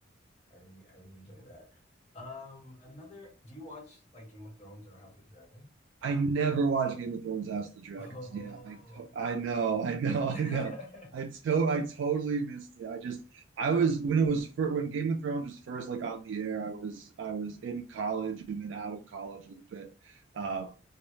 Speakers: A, on the left; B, on the right.
A: I really, I really enjoy that. Um, another, do you watch like Game of Thrones or House of Dragon?
B: I never watched Game of Thrones House of the Dragons.
A: Oh.
B: Yeah, I to- I know, I know,
A: <laughs>
B: I know. I to I totally missed it. I just I was when it was fir when Game of Thrones was first like on the air, I was I was in college and then out of college a little bit. Um